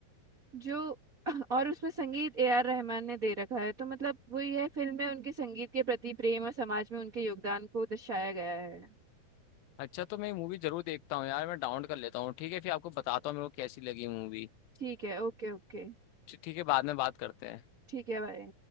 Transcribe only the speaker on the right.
जो <clears throat> और उसमें संगीत ए आर रहमान ने दे रखा है तो मतलब वो यह फिल्म में उनके संगीत के प्रति प्रेम और समाज में उनके योगदान को दर्शाया गया है
ठीक है ओके ओके
ठीक है भाई